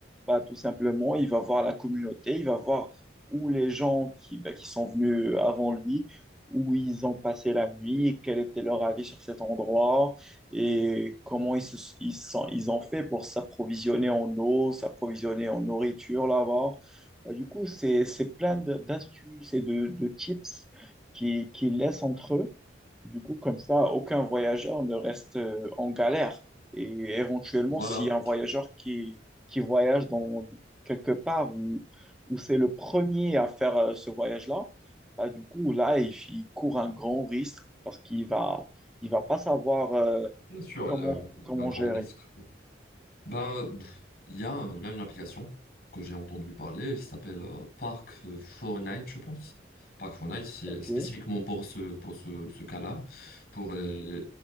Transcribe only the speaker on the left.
Voilà.
Bien sûr,
le,
un grand
risque. Ben, pff, il y a, il y a une application que j'ai entendu parler, qui s'appelle euh, Park euh, Fortnite, je pense. Park Fortnite, c'est
spécifiquement pour ce, pour ce, ce cas-là, pour euh,